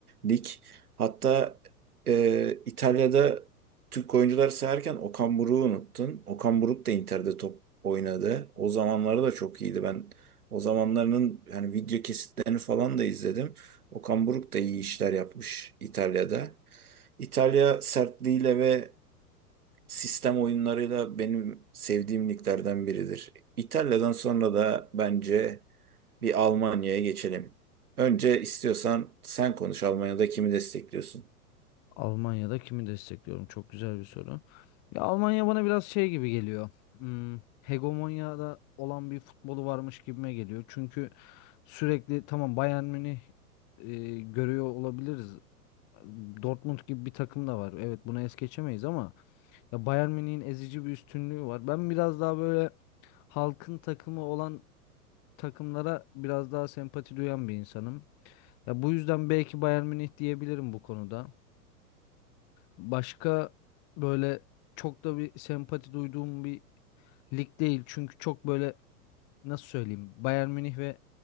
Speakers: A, on the right (about 70°); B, on the left (about 40°).
A: lig. Hatta e, İtalya'da Türk oyuncular sayarken Okan Buruk'u unuttun. Okan Buruk da Inter'de top oynadı. O zamanları da çok iyiydi. Ben o zamanlarının hani video kesitlerini falan da izledim. Okan Buruk da iyi işler yapmış İtalya'da. İtalya sertliğiyle ve sistem oyunlarıyla benim sevdiğim liglerden biridir. İtalya'dan sonra da bence bir Almanya'ya geçelim. Önce istiyorsan sen konuş Almanya'da kimi destekliyorsun?
B: Almanya'da kimi destekliyorum? Çok güzel bir soru. Ya Almanya bana biraz şey gibi geliyor. Hmm, hegemonyada olan bir futbolu varmış gibime geliyor. Çünkü sürekli tamam Bayern Münih e, görüyor olabiliriz. Dortmund gibi bir takım da var. Evet bunu es geçemeyiz ama ya Bayern Münih'in ezici bir üstünlüğü var. Ben biraz daha böyle halkın takımı olan takımlara biraz daha sempati duyan bir insanım. Ya bu yüzden belki Bayern Münih diyebilirim bu konuda. Başka böyle çok da bir sempati duyduğum bir lig değil. Çünkü çok böyle nasıl söyleyeyim Bayern Münih ve